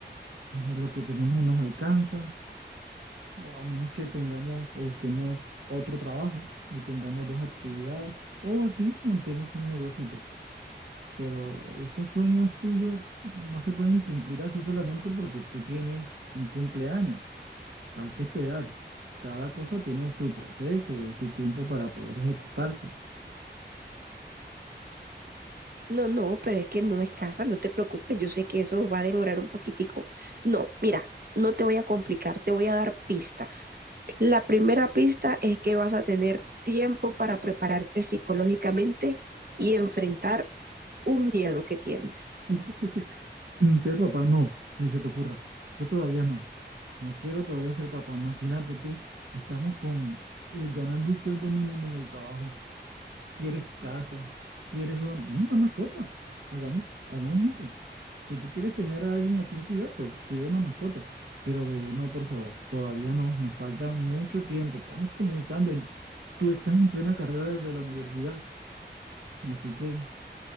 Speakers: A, on the right; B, on the right.
A: eh, lo que tenemos no nos alcanza, o a menos que tengamos o busquemos otro trabajo y tengamos dos actividades, o aquí montemos un negocito. Pero esos sueños tuyos no se pueden cumplir así solamente porque tú tienes un cumpleaños. Hay que esperar. Cada cosa tiene su proceso, su tiempo para poder ejecutarse.
B: No, no, pero es que no es casa, no te preocupes, yo sé que eso va a demorar un poquitico. No, mira, no te voy a complicar, te voy a dar pistas. La primera pista es que vas a tener tiempo para prepararte psicológicamente y enfrentar un miedo que tienes.
A: <laughs> Ser papá, no, ni se te ocurra. Yo todavía no. No quiero todavía ser papá. Imagínate tú, estamos con el ganando el sueldo mínimo en el trabajo. quieres casa, quieres una, bueno, una mascota. Hagamos, hagamos eso. Si tú quieres tener a alguien a quien cuidar,
B: <laughs>
A: pues cuida una mascota. Pero bebé, no, por favor. Todavía no, nos falta mucho tiempo. Estamos comenzando. y tú estás en plena carrera desde la universidad. Así que